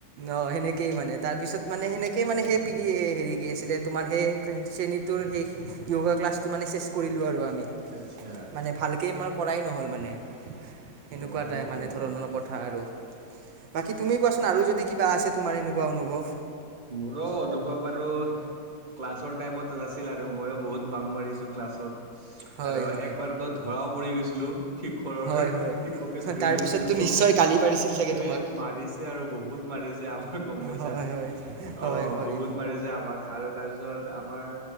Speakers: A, on the right; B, on the right.
A: অ, সেনেকেইে মানে তাৰপিছত মানে সেনেকয়ে মানে সেই পি হেৰি কি আছিলে তোমাৰ সেই শ্ৰেণীটোৰ সেই য়োগা ক্লাছটো মানে চেচ কৰিলো আৰু আমি
B: আচ্ছা
A: মানে ভালকেই আমাৰ কৰাই নহ'ল মানে। সেনেকুৱা
B: অ'
A: এটাই মানে ধৰণৰ কথা আৰু। বাকী তুমি কোৱাচোন আৰু যদি কিবা আছে তোমাৰ এনেকুৱা অনুভৱ?
B: মোৰো অনুভৱ আৰু ক্লাছৰ টাইমত আছিল আৰু ময়ো বহুত বাং মাৰিছো ক্লাছত।
A: হয়
B: আৰু
A: হয়
B: একবাৰত ধৰাও পৰি গৈছিলো শিখৰৰ
A: হয় হয়
B: শি মুকে ধৰি
A: তাৰপিছততো
B: লৈছিল মোক
A: নিশ্চয় গালি পাৰিছিল চাগে
B: এ
A: তোমাক
B: মাৰিছে আৰু বহুত মাৰিছে আমাৰ গম পাইছা।
A: হয় হয় হয়।
B: অ,
A: হয়
B: বহুত মাৰিছে আমাক আৰু তাৰপিছত আমাৰ